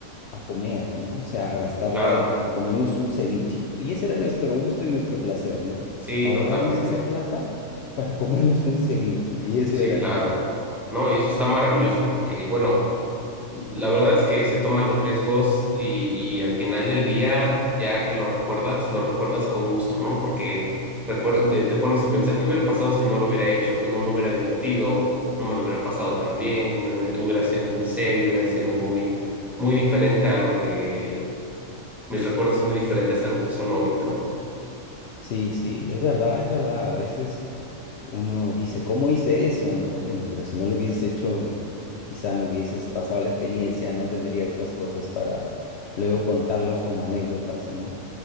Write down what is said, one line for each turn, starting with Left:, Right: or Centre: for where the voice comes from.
Left: a comer, ¿no? O sea, a gastarla
Centre: Claro.
Left: en, en comernos un ceviche. ¿no? Y ese era nuestro gusto y nuestro placer, ¿no?
Centre: Sí,
Left: Ahorrarnos
Centre: totalmente.
Left: esa plata para comernos un ceviche. Y eso
Centre: Sí,
Left: era
Centre: claro.
Left: todo. ¿no?
Centre: No, y eso está maravilloso porque, bueno, La verdad es que se toman los riesgos y, y al final del día, ya que lo recuerdas, lo recuerdas con gusto, ¿no? Porque recuer- de- te pones a pensar qué hubiera pasado si no lo hubiera hecho, pues no me hubiera divertido, no me lo hubiera pasado tan bien, me hubiera hubiera sido muy serio, hubiera sido muy, muy diferente a lo que, mis recuerdos muy diferentes a lo que son hoy, ¿no?
Left: Sí, sí, es verdad, es verdad. A veces uno dice, ¿cómo hice eso? ¿No? Bueno, pero si no lo hubieses hecho, quizá no hubieses pasado la experiencia, no tendría estas cosas para luego contarlas como anécdotas, ¿no?